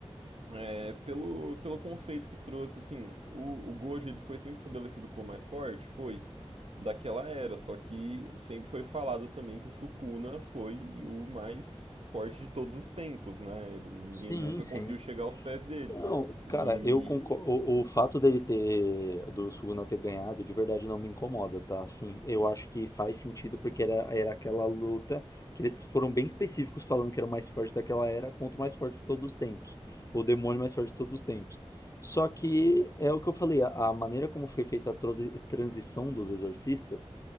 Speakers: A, on the right; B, on the left.
A: É, pelo, pelo conceito que trouxe, assim, o, o Gojo ele foi sempre estabelecido como mais forte, foi daquela era, só que sempre foi falado também que o Sukuna foi o mais forte de todos os tempos, né? Ele, ninguém
B: Sim,
A: nunca
B: sim.
A: conseguiu chegar aos pés dele.
B: Não,
A: E,
B: cara, eu concordo. O, o fato dele ter, do Suguna ter ganhado, de verdade não me incomoda, tá? Assim, eu acho que faz sentido porque era, era aquela luta que eles foram bem específicos falando que era o mais forte daquela era contra o mais forte de todos os tempos. O demônio mais forte de todos os tempos. Só que é o que eu falei, a, a maneira como foi feita a trosi- transição dos exorcistas,